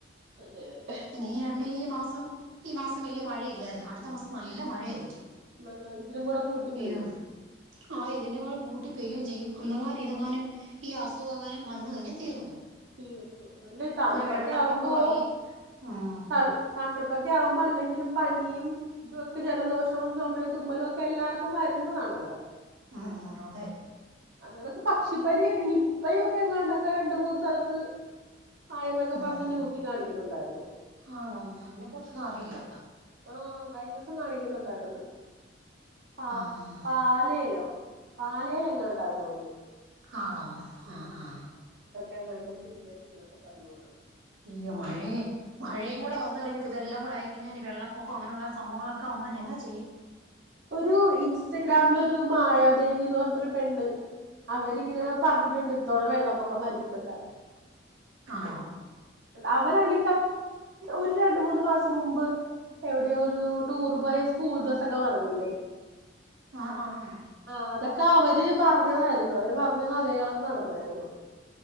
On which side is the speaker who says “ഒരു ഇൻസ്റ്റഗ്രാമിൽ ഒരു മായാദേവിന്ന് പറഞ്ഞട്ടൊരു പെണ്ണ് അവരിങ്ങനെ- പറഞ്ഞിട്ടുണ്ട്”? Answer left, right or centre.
Right